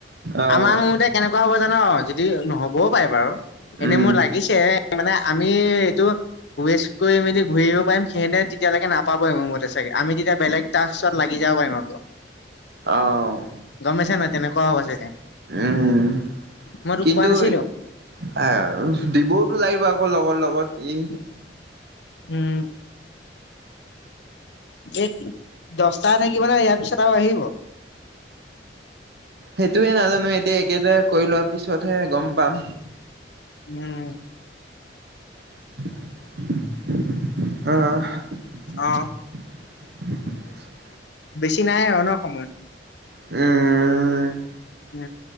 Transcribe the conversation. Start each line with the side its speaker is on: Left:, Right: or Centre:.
Right: অ'।
Left: আমাৰ মোৰতে কেনেকুৱা হ'ব জান যদি নহ'বও পাৰে বাৰু।
Right: উম,
Left: এনেই মোৰ লাগিছে মানে আমি এইটো ৱেষ্ট কৰি মেলি ঘূৰি আহিব পাৰিম। সিহঁতে তেতিয়ালৈকে নাপাব পি মোৰ মতে চাগে আমি তেতিয়া বেলেগ টাক্সত লাগি যাব পাৰিম আকৌ।
Right: অ'।
Left: গম পাইছা নাই তেনেকুৱা হ'ব চাগে।
Right: উম
Left: মই তোক
Right: কিন্তু,
Left: কোৱা নাছিলো
Right: ‌ এ দিবতো লাগিব আ মোৰ লগৰ লগত ই
Left: উম। এই দহটা থাকিব ন ইয়াৰ পিছত এটাও আহিব
Right: সেইটোয়ে নাজানো এতিয়া একেটাই কৰি লোৱা পিছতহে গম পাম।
Left: উম।
Right: <inaudible> অ'।
Left: অ'।
Right: <inaudible>
Left: বেছি নাই আৰু ন সময়?
Right: উম।
Left: উ